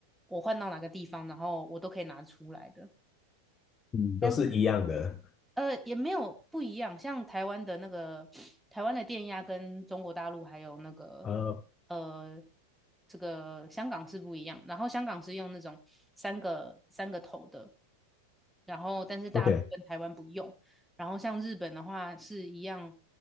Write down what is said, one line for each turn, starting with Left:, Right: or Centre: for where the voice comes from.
Centre: 我换到哪个地方，然后我都可以拿出来的。
Left: 嗯都是一样的。
Centre: 但是。呃，也没有不一样，像台湾的那个台湾的电压跟中国大陆还有那个
Left: 呃
Centre: 呃这个香港是不一样，然后香港是用那种三个三个头的，然后但是大陆跟台湾不用，
Left: ，OK，
Centre: 然后像日本的话是一样，